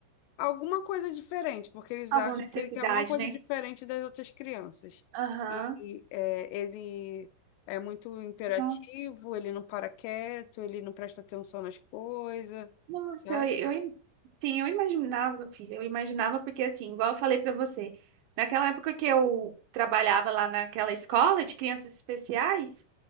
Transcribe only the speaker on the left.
Alguma coisa diferente, porque eles
acham
que ele tem alguma coisa
diferente das outras crianças.
E é, ele é muito imperativo,
ele não para quieto, ele não presta atenção nas coisas,
sabe?